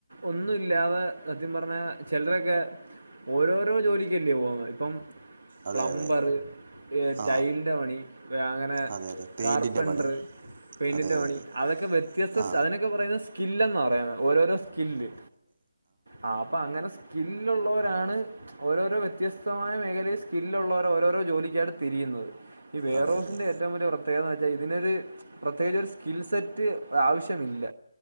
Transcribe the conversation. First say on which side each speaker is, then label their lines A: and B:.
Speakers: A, on the right (about 85°); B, on the right (about 50°).
A: ഒന്നുമില്ലാതെ സത്യം പറഞ്ഞാ ചിലരൊക്കെ. ഓരോരോ ജോലിക്കല്ലേ പോന്നെ ഇപ്പം
B: അതെ
A: പ്ലംബർ.
B: അതെ ആ
A: ടൈലിന്റെ പണി അങ്ങനെ
B: അതെ അതെ പെയിൻറ്റിൻ്റെ
A: കാർപെൻറ്ററ്.
B: പണി
A: പെയ്നിന്റെപണി
B: അതെ അതെ അതെ
A: അതൊക്കെ വ്യത്യസ്ഥ
B: ആ
A: സ അതിനൊക്കെ പറയുന്നത് സ്കില്ലന്ന. ഓരോരോ സ്കില്ല് ആ അപ്പൊ അങ്ങനെ സ് സ്കില്ലുള്ളവരാണ് ഓരോരോ വ്യത്യസ്തമായ മേഖലയിൽ സ്കില്ലുള്ളവരെ ഓരോരോ ജോലിക്ക അടുത്ത്. തിരിയുന്നത് ഈ വേർഹോസിന്റെ
B: അതെ അതെ
A: ഏറ്റവും വലിയ പ്ര പ്രത്യേകെന്ന് വെച്ചാൽ ഇതിനൊരു പ്രത്യേകിച്ച്ഒരു സ്കിൽ സെറ്റ് ആവശ്യമില്ല.